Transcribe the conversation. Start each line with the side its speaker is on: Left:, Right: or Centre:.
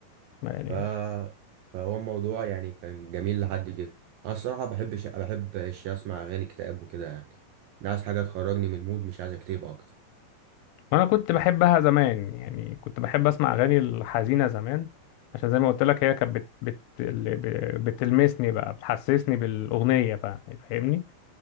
Left: يعني
Right: ف فهو الموضوع يعني كان جميل لحد كده انا الصراحه بحب ش... بحب الش- اسمع اغاني اكتئاب وكده يعني انا عايز حاجه تخرجني من المود مش عايز اكتئب اكتر
Left: انا كنت بحبها زمان يعني كنت بحب اسمع اغاني الحزينة زمان عشان زي ما قلت لك هي كانت بت... بت... اللي ب- بتلمسني بقى بتحسسني بالأغنية فا- فاهمني